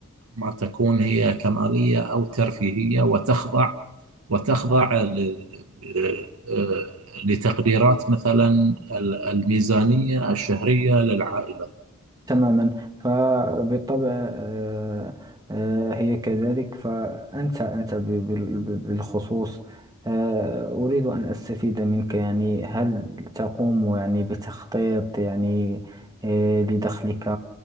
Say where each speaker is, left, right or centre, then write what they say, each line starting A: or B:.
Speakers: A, on the right (about 75°); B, on the right (about 15°).
A: ما تكون هي كمالية أو ترفيهية وتخضع وتخضع ل- ل- آه، لتقديرات مثلا ال- الميزانية الشهرية للعائلة
B: تماما فبالطبع آه، آه، هي كذلك فأنت أنت ب- بال- بال- بالخصوص آه، أريد أن أستفيد منك يعني هل تقوم يعني بتخطيط يعني آه، لدخلك